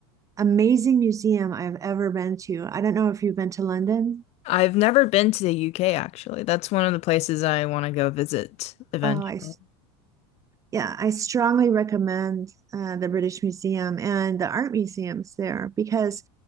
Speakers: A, on the right; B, on the left.
A: amazing museum I've ever been to. I don't know if you've been to London.
B: I've never been to the UK actually that's one of the places I want to go visit eventually
A: Oh, I yeah, I strongly recommend uh, the British Museum and the art museums there because,